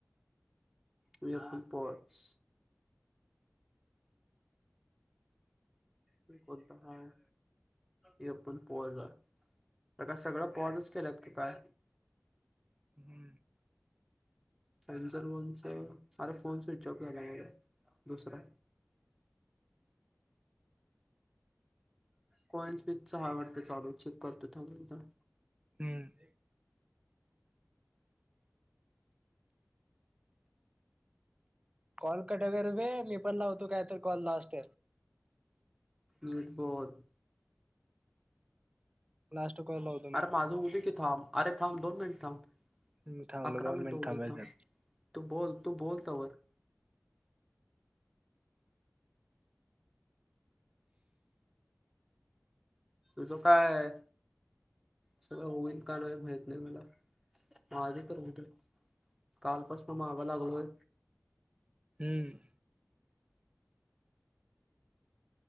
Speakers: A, in the centre; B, on the right.
A: हे पण पॉस ते कोणतं हाय? हे पण पाॅझ, लका सगळं पाॅझच केल्यात का काय?
B: हम्म.
A: सॅमसंग फोनच, अरे फोन स्विच ऑफ झालायं माझा दुसरा. कॉइन्स बीचच हाय वाटतं चालू, चेक करतो थांब एकदा.
B: हम्म. कॉल कट कर बे, मी पण लावतो कायतर कॉल लास्ट.
A: नीट बोल.
B: लास्ट काॅल लाव
A: आर माझं हूऊदे की थांब, अरे थांब दोन मिनिटं थांब.
B: हम्म थांबलो
A: अकरा
B: दोन
A: मिनिटं
B: मिनिट
A: हूऊ
B: थांबायचं
A: देत थांब, तू बोल तू बोल तवर. तुझं काय हाय? सगळं होईल का नाही माहित नाही मला, माझं तर होऊदे. कालपसनं म्हागं लागलोय.
B: हम्म.